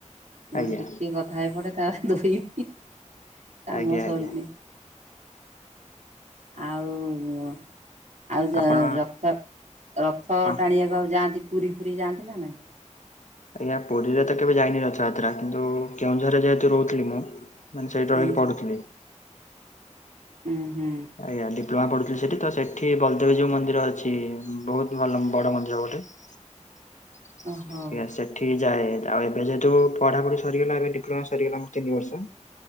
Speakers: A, on the right (about 70°); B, on the left (about 75°).
A: ମୁଁ କଇନି
B: ଆଜ୍ଞା
A: ଟିକେ କଥା ହେଇ ପଡେ ତାପରେ ଧୋଇବି କାମ
B: ଆଜ୍ଞା
A: ସରୁୁନି
B: ଆଜ୍ଞା
A: ଆଉ ଆଉ ଜା
B: ଆପଣ
A: ରଥ ରଥ
B: କଣ
A: ଟାଣିବାକୁ ଆଉ ଯାଆନ୍ତି ପୁରୀ ଫୁରି ଯାଆନ୍ତି ନା ନାଇଁ
B: ଆଜ୍ଞା ପୁରୀରେ ତ କେବେ ଯାଇନି ରଥଯାତ୍ରା କିନ୍ତୁ କେଉଁଝରରେ ଯେହେତୁ ରହୁଥିଲି ମୁଁ ମାନେ ସେଇଠି
A: ହୁଁ
B: ରହିକି ପଡୁଥିଲି
A: ହୁଁ ହୁଁ
B: ଆଜ୍ଞା ଡିପ୍ଲୋମା ପଢୁଥିଲି ସେଠି ତ ସେଠି ବଲଦେବଜୀଉ ମନ୍ଦିର ଅଛି ବହୁତ ଭଲ ବଡ଼ ମନ୍ଦିର ଗୋଟେ <inaudible>
A: ଓହୋ
B: <unintelligible> ସେଠି ଯାଏ ଆଉ ଏବେ ଯେହେତୁ ପଢାପଢି ସରିଗଲା ଏବ ଡିପ୍ଲୋମା ସରିଗଲା ମୁଁ ତିନି ବର୍ଷ